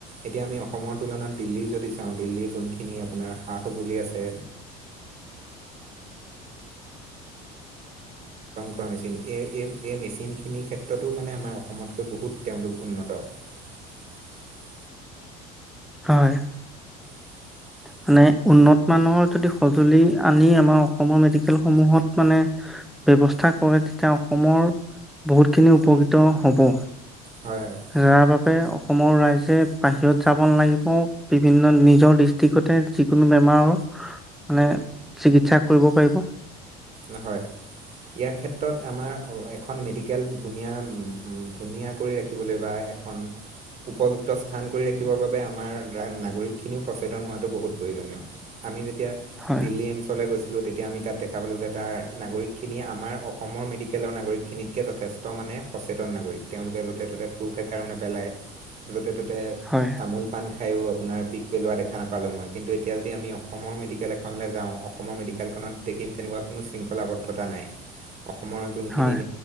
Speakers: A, on the right; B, in the centre.
A: এতিয়া আমি অসমৰ তুলনাত দিল্লী যদি চাও দিল্লীৰ যোনখিনি আপোনাৰ সা সজুলি আছে <unintelligible> মেচিন এই এই এই মেচিনখিনিৰ ক্ষেত্ৰতো মানে আমাৰ অসমতকৈ বহুত তেওঁলোক উন্নত <unintelligible>
B: হয়
A: <unintelligible>
B: মানে উন্নত মানৰ যদি সঁজুলি আনি আমাৰ অসমৰ মেডিকেল সমূহত মানে ব্য্ৱস্থা কৰে তেতিয়া অসমৰ বহুতখিনি উপকৃত হ'ব
A: হয় হয়
B: ৰা ব অসমৰ ৰাইজে বাহিৰত যাব নালাগিব বিভিন্ন নিজৰ ডিষ্ট্ৰিক্টতে যিকোনো বেমাৰ মানে চিকিৎসা কৰিব পাৰিব
A: নহয় ইয়াৰ ক্ষেত্ৰত আমাৰ এখন মেডিকেল ধুনীয়া ধুনীয়া কৰি ৰাখিবলৈ বা এখন উপযুক্ত স্থান কৰি ৰাখিবৰ বাবে আমাৰ নাগৰিক খিনিও সেতন হোৱাো বহুত প্ৰয়োজনীয় আমি তেতিয়া
B: হয়
A: দিল্লী এইমচলৈ গৈছিলো তেতিয়া আমি তাত দেখা পালো যে তাৰ নাগৰিকখিনি আমাৰ অসমৰ মেডিকেলৰ নাগৰিকখিনিতকৈ যথেষ্ট মানে সচেতন নাগৰিক তেওঁলোক য'তে ত'তে থ স কাৰণে পেলাই য'তে ত'তে
B: হয়
A: তামোল পা খায়ো আপোনাৰ পিক পেলোৱা দেখা নাপালোঁ মই কিন্তু এতিয়া যদি আমি অসমৰ মেডিকেল এখনলৈ যাওঁ অসমৰ মেডিকেলখন কোনো শৃখলদ্ধা নাই অসমখিন
B: হয়